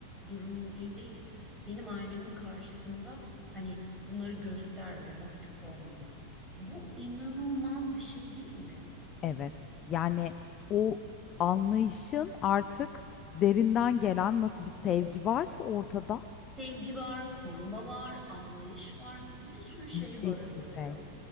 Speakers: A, in the centre; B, on the left.
A: durumun iyi değil. Benim ailemin karşısında hani bunları göster ve mahcup olma diyor. Bu inanılmaz bir şey değil mi?
B: Evet. Yani o anlayışın artık derinden gelen nasıl bir sevgi varsa ortada.
A: Sevgi var, koruma var, anlayış var, bir sürü şeyi
B: Müthiş
A: barındırıyor.
B: bir şey.